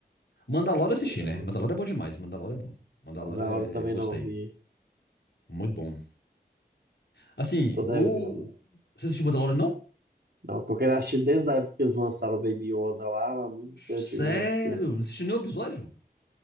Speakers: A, on the left (about 85°); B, on the right (about 70°).
A: Mandalorian eu assisti,
B: eu
A: né?
B: não
A: Mandalorian
B: sei.
A: é bom demais, Mandalorian é bom. Mandalorian
B: A da também
A: é- eu gostei.
B: não vi.
A: Muito bom. Assim,
B: Tô
A: o...
B: devendo.
A: Você assistiu Mandalorian, não?
B: Não, tô querendo assistir desde a época que eles lançaram o Baby Yoda lá, mas nunca
A: Sério?
B: tive tempo.
A: Não assistiu nenhum episódio?